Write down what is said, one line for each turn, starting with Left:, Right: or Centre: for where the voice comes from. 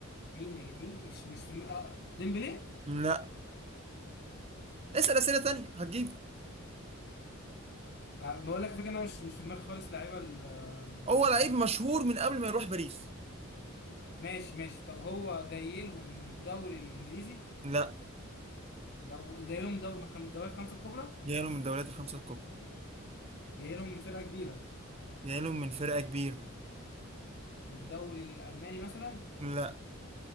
Left: مين يا جديد؟ مين مش مش في دماغي آه... ديمبلي
Right: لا اسأل أسئلة تانية هتجيبه
Left: آه، بقول لك فكرة انا مش مش في دماغي خالص لعيبة ال- آه، باريس
Right: هو لعيب
Left: دلوقتي
Right: مشهور من قبل ما يروح باريس
Left: ماشي ماشي طب هو جاي لهم من الدوري الانجليزي
Right: لا
Left: دو... جاي لهم دوري من خم... الدوريات الخمسة الكبرى
Right: جاي له من الدوريات الخمسة الكبرى
Left: جاي لهم من فرقة كبيرة
Right: جاي له من فرقة كبيرة
Left: من الدوري الالماني مثلا
Right: لا